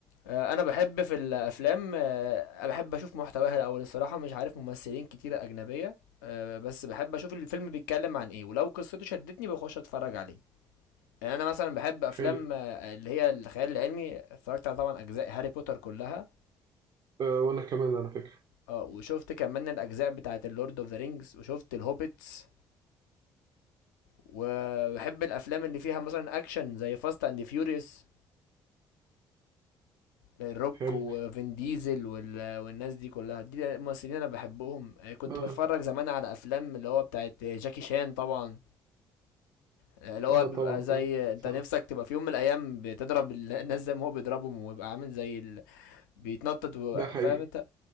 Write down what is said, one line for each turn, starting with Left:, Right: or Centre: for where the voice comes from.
Left: آه، انا بحب في الافلام آه، بحب اشوف محتواها الاول الصراحة مش عارف ممثلين كتيرة اجنبية آه، بس بحب اشوف الفيلم بيتكلم عن ايه ولو قصته شدتني بخش اتفرج عليه يعني انا مثلا بحب افلام
Right: حلو
Left: آه، اللي هي الخيال العلمي اتفرجت على طبعا اجزاء هاري بوتر كلها
Right: آه وانا كمان على فكرة
Left: اه وشفت كمان الاجزاء بتاعه اللورد اوف ذا رينجز وشفت الهوبيتس وبحب الافلام اللي فيها مثلا اكشن زي فاست اند فيوريوس الروك
Right: حلو
Left: وفين ديزل وال- والناس دي كلها دي الممثلين انا بحبهم آه، كنت
Right: مم.
Left: بتفرج
Right: اه
Left: زمان على افلام اللي هو بتاعت جاكي شان طبعا آه، اللي هو
Right: اه
Left: بيبقى
Right: طبعا
Left: زي
Right: طبعا
Left: انت
Right: صح
Left: نفسك تبقى في يوم من الايام بتضرب ال- الناس زي ما هو بيضربهم ويبقى عامل زي ال... بيتنطط و-
Right: ده حقيقي
Left: فاهم انت